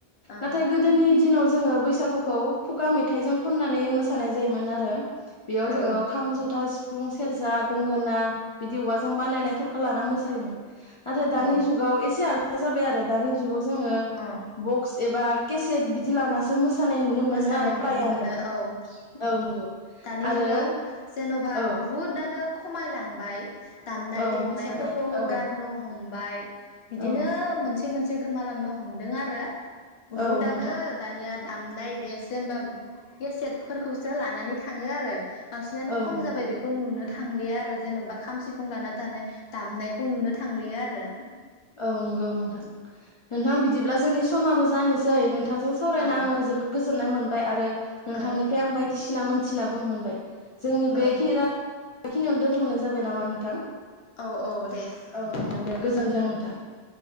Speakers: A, on the left; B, on the left.
A: ओं
B: नाथाय गोदोनि। दिनाव जोङो बैसागुखौ खुगा मेथाइजों खननानै मोसानाय जायोमोन आरो। बेयाव
A: औ
B: जोङो खाम जथा। सिफुं सेरजा गंगोना बिदि औवाजों बानायनाय थरखा लाना मोसा योमोन। नाथाय दानि
A: औ
B: जुगाव एसे आला दा जाबाय आरो दानि जुगाव। जोंङो
A: अ
B: बक्स एबा। केसेट बिदि लानासो मोसा मोसानाय नुनो मोनो
A: मोसानाय
B: आरो फ्रायानो
A: नुनो मोनो औ
B: औ नंगौ।
A: दानि
B: आरो
A: जुगाव जेन'बा
B: औ
A: बुहुत आनो खमायलांबाय। दामनाय
B: औ
A: देनायफोरखौ
B: मोसानाय औ
A: गारनो हम बाय। बिदिनो
B: औ
A: मोनसे मोन से गोमालांनो हमदों आरो। बहुदआनो
B: औ नोंथां
A: दानिया दामनाय देक्स जेनेबा गसेटफोरखौसो लानानै थाङो आरो। बांसिनानो
B: औ
A: खम
B: नंगौ
A: जाबाय बेखौ नुनो थांलिया आरो जेन'बा खाम सिफुं लाना दानाय दामनायखौ नुनो थांलिया आरो।
B: औ नंगौ नोंथां नोंथां बिदिब्ला जोंनि समाबो जानोसै नों थाजों सावरायना
A: औ
B: आङो जोबोद गोजो ननाय मोनबाय आरो नोंथांनिफ्राय
A: औ
B: आं बायदिसि थिना मोनथिनाबो मोनबाय। जोंनि बे
A: औ
B: खेरा बेखिनियावनो दोनथ'नाय जाबाय नामा नोंथां?
A: औ औ दे
B: औ
A: गोजोन्थों।
B: नोंथां दे नोंथां